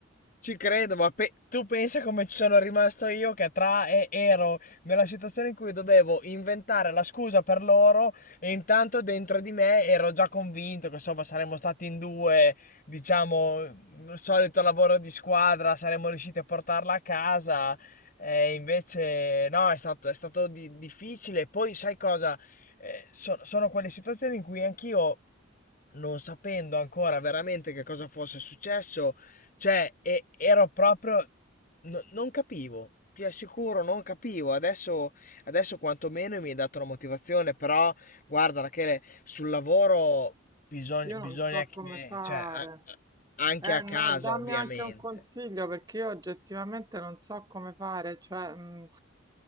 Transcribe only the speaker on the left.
ci credo, ma pe- tu pensa come ci sono rimasto io che tra e ero nella situazione in cui dovevo inventare la scusa per loro e intanto dentro di me ero già convinto che insomma saremmo stati in due, diciamo, il solito lavoro di squadra, saremmo riusciti a portarla a casa e invece no, è stato, è stato di- difficile. Poi sai cosa? Eh, so- sono quelle situazioni in cui anch'io non sapendo ancora veramente che cosa fosse successo, cioè e- ero proprio no- non capivo. Ti assicuro, non capivo. Adesso, adesso quantomeno mi hai dato la motivazione, però guarda, Rachele, sul lavoro bisogna,
bisogna
che,
cioè, a- anche
a
casa,
ovviamente.